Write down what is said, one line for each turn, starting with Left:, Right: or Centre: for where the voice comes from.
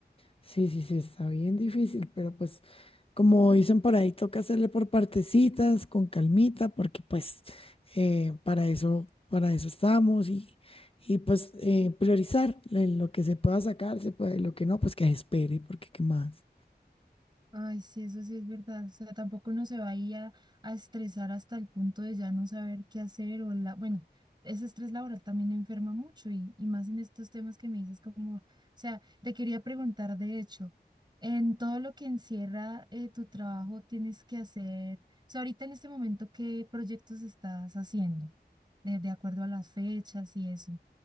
Left: Sí, sí, sí, está bien difícil, pero pues como dicen por ahí, toca hacerle por partecitas, con calmita, porque pues eh, para eso, para eso estamos y, y pues eh, priorizar le- lo que se pueda sacar, se puede, lo que no, pues que espere, porque qué más.
Right: Ay, sí, eso sí es verdad. O sea, tampoco uno se va ahí a, a estresar hasta el punto de ya no saber qué hacer o la, bueno, ese estrés laboral también enferma mucho y, y más en estos temas que me dices como, o sea, te quería preguntar, de hecho, en todo lo que encierra eh, tu trabajo tienes que hacer, o sea, ahorita en este momento, ¿qué proyectos estás haciendo? De, de acuerdo a las fechas y eso,